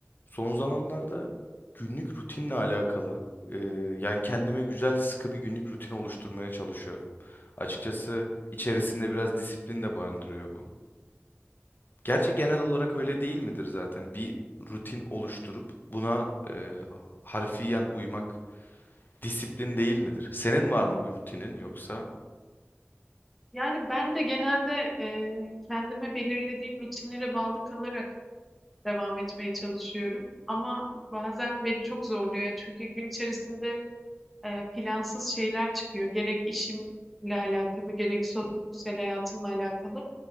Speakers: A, on the left; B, in the centre.
A: Son zamanlarda günlük rutinle alakalı. e, yani kendime güzel sıkı bir günlük rutin oluşturmaya çalışıyorum. Açıkçası içerisinde biraz disiplin de barındırıyor bu. Gerçi genel olarak öyle değil midir zaten? Bir rutin oluşturup buna e, harfiyen uymak disiplin değil midir? Senin var mı bir rutinin yoksa?
B: Yani ben de genelde e, kendime belirlediğim rutinlere bağlı kalarak devam etmeye çalışıyorum. Ama bazen beni çok zorluyor. Yani Çünkü gün içerisinde e, plansız şeyler çıkıyor. Gerek işimle alakalı, gerek sosyal hayatımla alakalı.